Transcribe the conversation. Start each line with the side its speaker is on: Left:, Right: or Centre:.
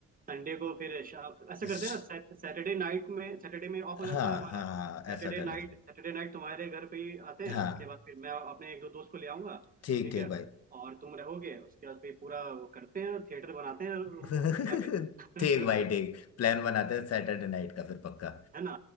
Right: संडे को फिर शाम ऐसे
Left: श-
Right: करते हैं ना सैटरडे नाइट में सैटरडे में ऑफ हो जाता
Left: हाँ
Right: है हमारा
Left: हाँ हाँ
Right: सैटरडे
Left: ऐसा कर
Right: नाइट
Left: लेते हैं।
Right: सैटरडे नाइट तुम्हारे घर पे ही आते हैं
Left: हाँ
Right: उसके बाद फिर मैं अपने एक दो दोस्त को ले आऊंगा
Left: ठीक
Right: ठीक
Left: ठीक
Right: है
Left: भाई
Right: और तुम रहोगे उसके बाद फिर पूरा वो करते हैं थिएटर बनाते हैं रूम
Left: <laughs>
Right: पे क्या कहते
Left: ठीक
Right: हैं
Left: भाई
Right: <laughs>
Left: ठीक प्लान बनाते हैं सैटरडे नाइट का फिर पक्का
Right: है ना